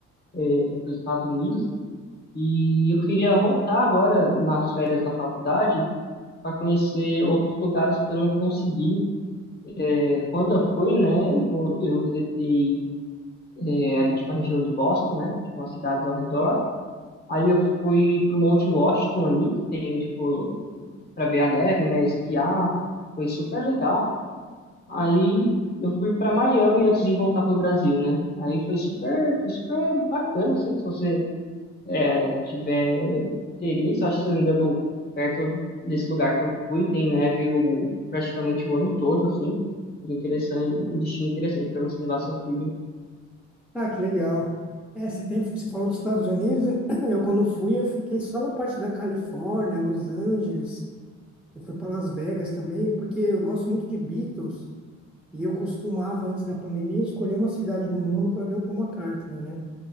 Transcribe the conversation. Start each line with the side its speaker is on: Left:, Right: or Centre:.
Left: para os Estados Unidos e eu queria voltar agora nas férias da faculdade para conhecer outros lugares que eu não consegui. É, quando eu fui, né, eu, co- eu visitei é, ali, tipo, a região de Boston, né, tipo, as cidades ao redor. Aí eu fui pro Monte Washington ali, que tem, tipo, para ver a neve, né, esquiar, foi super legal. Aí eu fui pra Miami antes de voltar pro Brasil, né? Aí foi super, foi super bacana, assim, se você é, tiver interesse, acho que se não me engano, perto desse lugar que eu fui, tem neve o- praticamente o ano todo, assim. Seria interessante, um destino interessante para você levar seu filho.
Centre: Ah, que legal. É, você tem, você falou dos Estados Unidos. <clears throat> Eu, quando fui, eu fiquei só na parte da Califórnia, Los Angeles. Eu fui para Las Vegas também, porque eu gosto muito de Beatles. E eu costumava, antes da pandemia, escolher uma cidade no mundo para ver o Paul McCartney, né?